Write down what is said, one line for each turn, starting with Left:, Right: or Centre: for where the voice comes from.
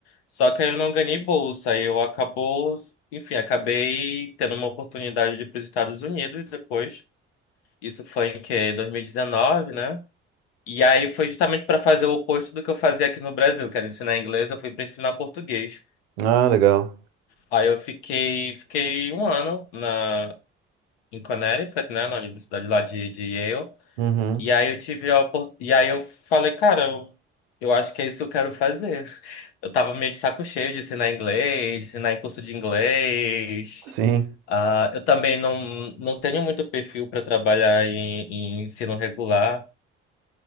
Left: só que aí eu não ganhei bolsa. Eu acabou, enfim, acabei tendo uma oportunidade de ir para os Estados Unidos depois. Isso foi em que? 2019, né? E aí foi justamente para fazer o oposto do que eu fazia aqui no Brasil, que era ensinar inglês, eu fui para ensinar português.
Right: Ah, legal.
Left: Aí eu fiquei, fiquei um ano na em Connecticut, né, na universidade lá de, de Yale.
Right: Uhum.
Left: E aí eu tive a opor- e aí eu falei, cara, eu, eu acho que é isso que eu quero fazer. <laughs> Eu tava meio de saco cheio de ensinar inglês, de ensinar em curso de inglês.
Right: Sim.
Left: Ah, eu também não, não tenho muito perfil para trabalhar em, em ensino regular.